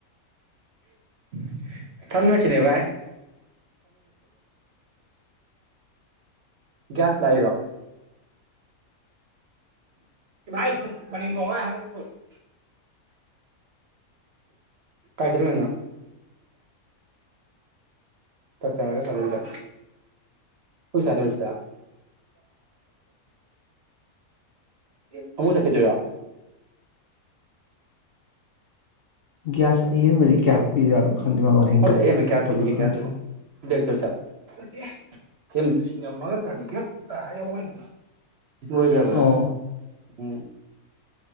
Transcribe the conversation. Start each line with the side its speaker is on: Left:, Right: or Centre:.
Right: <inaudible> <unintelligible> ꯕ ꯒ꯭ꯌꯥꯁ ꯂꯥꯛꯏꯔꯣ <unintelligible> <unintelligible> ꯀꯥꯏ ꯆꯠꯂꯨꯏꯅꯣ ꯅꯪ ꯆꯥꯛ ꯆꯔꯥꯒ ꯆꯗꯕꯤꯗ ꯍꯧꯖꯤꯛ ꯆꯥꯗꯧꯔꯤꯔꯥ ꯁꯤꯗ <unintelligible> ꯑꯃꯨꯛ ꯆꯠꯈꯤꯗꯣꯏꯔꯣ
Left: ꯒꯤꯌꯥꯁ ꯑꯌꯦꯟ ꯕ ꯁꯦ ꯀꯌꯥ ꯄꯤꯖꯥꯠꯅꯣ ꯈꯪꯗꯦ ꯃꯃꯜ ꯍꯦꯟꯀꯠ
Right: ꯍꯧꯖꯤꯛ ꯑꯌꯦꯟꯕ
Left: ꯍꯦꯟꯀꯠꯇꯕ꯭ꯔꯥ
Right: ꯀꯌꯥ ꯄꯤꯔꯤꯒꯦ
Left: ꯈꯪꯗꯦ
Right: ꯒꯤꯌꯥꯁ ꯁꯤꯕꯨ ꯕ꯭ꯂꯦꯛꯇꯔꯣ ꯁꯦ ꯅꯠꯇꯦ ꯁꯤꯡ ꯑꯃ ꯂꯤꯁꯤꯡ ꯑꯃꯒ ꯆꯅꯤ ꯈꯛꯇ ꯍꯥꯢꯍꯧꯕꯅꯤ ꯂꯣꯢꯒ꯭ꯔꯥꯕꯔꯥ
Left: ꯑꯣ
Right: ꯎꯝ